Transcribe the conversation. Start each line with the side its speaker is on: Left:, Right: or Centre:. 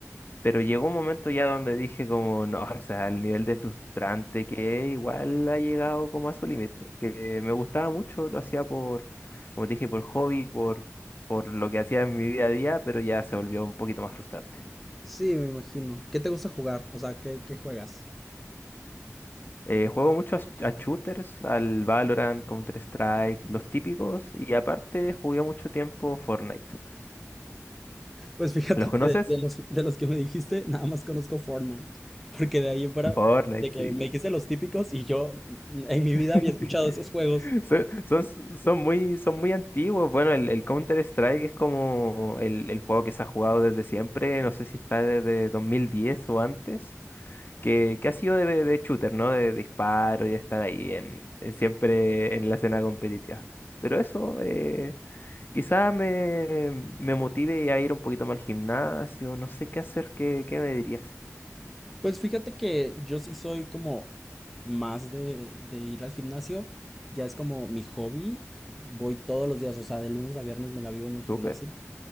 Left: Pero llegó un momento ya donde dije como, no, <laughs> o sea, el nivel de frustrante que es, igual ha llegado como a su límite, porque me gustaba mucho, lo hacía por, como te dije, por hobby, por, por lo que hacía en mi día a día, pero ya se volvió un poquito más frustrante.
Centre: Sí, me imagino. ¿Qué te gusta jugar? O sea, ¿qué, qué juegas?
Left: Eh, juego mucho a, sh- a shooters, al Valorant, Counter-Strike, los típicos, y aparte jugué mucho tiempo Fortnite.
Centre: Pues fíjate
Left: ¿Los conoces?
Centre: que de los, de los que me dijiste, nada más conozco Fortnite. Porque de ahí en fuera,
Left: Fortnite,
Centre: de que
Left: sí.
Centre: me dijiste los típicos y yo n- en mi
Left: <laughs>
Centre: vida había escuchado esos juegos.
Left: Son, son, son muy, son muy antiguos. Bueno, el, el Counter-Strike es como el, el juego que se ha jugado desde siempre. No sé si está desde 2010 o antes. Que, que ha sido de, de shooter, ¿no? De, de disparo y de estar ahí en, en siempre en la escena competitiva. Pero eso, eh, quizá me, me motive a ir un poquito más al gimnasio. No sé qué hacer. ¿Qué, qué me dirías?
Centre: Pues fíjate que yo sí soy como más de, de ir al gimnasio, ya es como mi hobby, voy todos los días, o sea, de lunes a viernes me la vivo en el gimnasio,
Left: Súper.